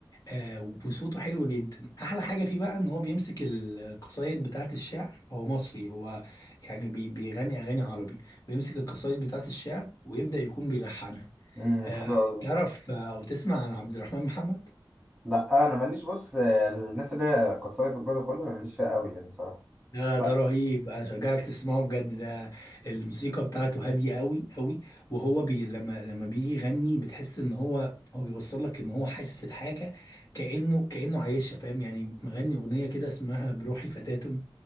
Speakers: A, on the left; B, in the centre.
A: آه، وصوته حلو جدا احلى حاجة فيه بقى ان هو بيمسك القصايد بتاعت الشعر هو مصري هو يعني بي- بيغني اغاني عربي بيمسك القصايد بتاعت الشعر ويبدأ يكون بيلحنها
B: امم
A: آه،
B: حلوة أوي ده
A: تعرف آه، او تسمع عن عبد الرحمن محمد
B: لا أنا ماليش بص الناس اللي هي قصايد والجو ده كله أنا ماليش فيها أوي يعني بصراحة
A: لا ده
B: لا
A: رهيب اشجعك تسمعه بجد ده الموسيقى بتاعته هاديه قوي قوي وهو بي لما لما بيجي يغني بتحس ان هو هو بيوصل لك ان هو حاسس الحاجه كانه كانه عايشها فاهم يعني مغني اغنيه كده اسمها بروحي فتاة